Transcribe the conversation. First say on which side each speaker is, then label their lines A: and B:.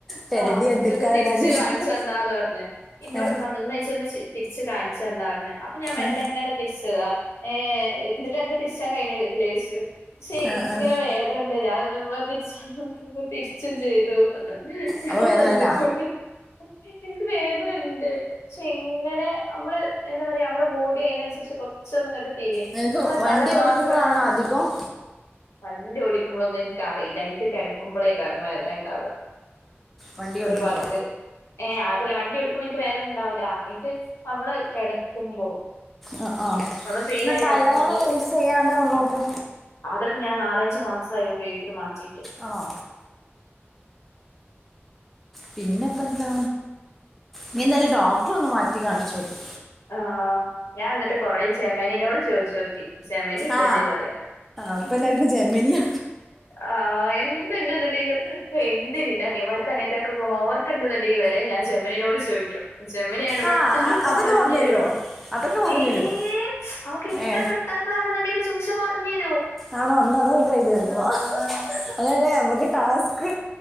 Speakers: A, in the centre; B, on the left.
A: പെരടി
B: ഹി ആ
A: അടുക്കാരോടാ
B: ഇജൊന്ന് തിരിച്ച്
A: അടി എടുക്കാം
B: കാണിച്ച- ന്നാന്ന് പറഞ് ഇന്നോട്മ്മ
A: ഏ,
B: പർഞ് ന്നാ ഇജൊന്ന് ചി- തിരിച്ച് കാണിച്ചന്നാർഞ് അപ്പൊ ഞാൻ മെല്ലെങ്ങനെ
A: ഏ,
B: തിരിച്ചതാ ഏ എന്നിട്ട് അന്റെ തിരിച്ചാൻ കഴിയിണില്ലേയ്ച്ചു. പക്ഷെ എനിക്കിങ്ങനെ
A: ഏ, ഏ.
B: വേദനണ്ട് ഞാൻ ന്ന മ്മ തിരിച്ചപ്പോ തിരിച്ചും ചെയ്തു. ഹിഹി ഹി
A: അപ്പൊ വേദന
B: ഒന്ന്ക്കും
A: അല്ല
B: ഓകെ ഇൻക്ക് വേദനണ്ട് ക്ഷെ ങ്ങനെ നമ്മള് എന്താ പറയാ നമ്മളെ ബോഡി അയിനനുസരിച്ച് കൊറച്ചൊന്നിങ്ങട്ട് തിരീം
A: നിനക്ക്
B: നമ്മളെ
A: വണ്ടി
B: തല മാത്രം
A: ഓടിക്കുമ്പോഴാണോ
B: അങ്ങനെ
A: അധികം
B: വണ്ടി ഓടിക്കുമ്പോളൊന്നും ഇൻക്കറിയില്ല എനിക്ക് കിടക്കുമ്പോളേകാരം വേദന ഉണ്ടാവ
A: വണ്ടി ഓടിക്കുമ്പോ
B: ഒരു <unintelligible> ഏ അത് അല്ല വണ്ടി ഓടിക്കുമ്പോ ഇൻക് വേദന ഉണ്ടാവൂല ഇൻക് നമ്മള് കിടക്കുമ്പോ
A: ആ ആ
B: ഒന്ന് ഫ്രീ
A: എന്നാ
B: ആയി
A: തലയണ
B: കിടക്കുമ്പ
A: യൂസ് ചെയ്യാണ്ടത് നോക്ക്
B: അതൊക്കെ ഞാൻ നാലഞ്ച് മാസായി ഉപയോഗിക്കല് മാറ്റീട്ട്
A: ആണോ പിന്നെപ്പെന്താ നീ എന്തായാലും ഡോക്ടറെ ഒന്ന് മാറ്റി കാണിച്ചോക്ക്
B: ആഹ ഞാൻ എന്നിട്ട് കൊറെ ജെമനിനോട് ചോയിച്ചോക്കി ജമനി ഇതന്നെ
A: ആ
B: പറിണെ
A: അപ്പൊ
B: ഹ്
A: എല്ലാവർക്കും
B: ഹിഹി
A: ജെമിനിയ
B: ആ എന്ത്ണ്ട്ന്ന്ണ്ടെങ്കിലും എന്തിന് ന്റെ അനിയന്മാർക്കും അനിയത്തിയാൾക്കൊക്കെ ഹോം വർക്ക്ണ്ട്ന്ന്ണ്ടെങ്കി വരെ ഞാൻ ജമനിനോട് ചോയ്ക്കും ജമനി ആയോണ്ട്
A: ആ
B: പെട്ടെന്ന്
A: അ-
B: പാ
A: അതൊക്കെ
B: - പറഞ്ഞരും
A: പറഞ്ഞു തരുമോ അതൊക്കെ പറഞ്ഞു
B: ഏയ്
A: തരുമോ
B: അവക്ക്ത്ര
A: ഏ
B: കിട്ടാത്തതാണണ്ടങ്കി ചോയ്ച്ചാപറഞ്ഞരും.
A: ആണോ ന്നാ അത് ഒരു എഴിതിഎടുക്കും
B: ആഹ്
A: അതല്ല നമക്ക് ടാസ്ക്ക്